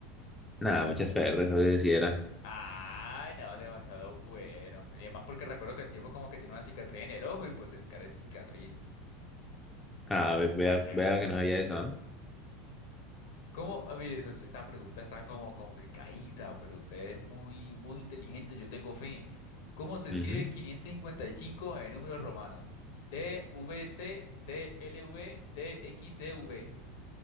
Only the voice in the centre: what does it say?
Nada, muchas verdes, eso se hiciera.
Ah, ve- vea,
vea
que no sabía eso, ¿ah?
Ujú.